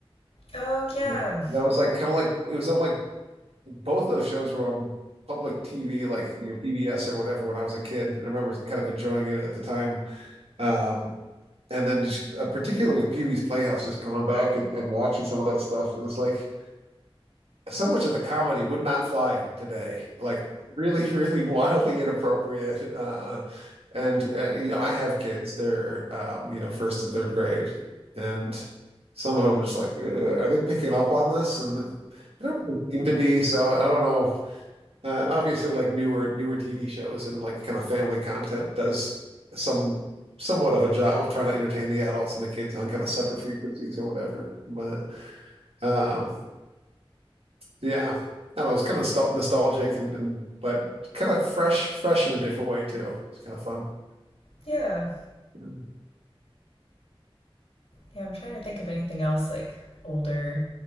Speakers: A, on the left; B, on the right.
A: Oh, yeah.
B: But that was like kind of like it was on like both those shows were on public TV, like you know PBS or whatever when I was a kid. And I remember kind of enjoying it at the time. Um, And then just uh, particularly with Pee-wee's Playhouse, just going back and and watching some of that stuff. And it's like so much of the comedy would not fly today. Like really, <laughs> really wildly inappropriate. Uh, and uh, you know, I have kids. They're um, you know, first and third grade, and some of them just like, "Uh, are they picking up on this? And they don't really seem to be. So I don't know. Uh, and obviously, like newer newer TV shows and like kind of family content does some somewhat of a job of trying to entertain the adults and the kids on kind of separate frequencies or whatever. But um, yeah. I don't know. It's kind of nostal- nostalgic and, and but kind of fresh, fresh in a different way too. It's kind of fun.
A: <laughs> yeah.
B: Yeah.
A: Yeah, I'm trying to think of anything else like older.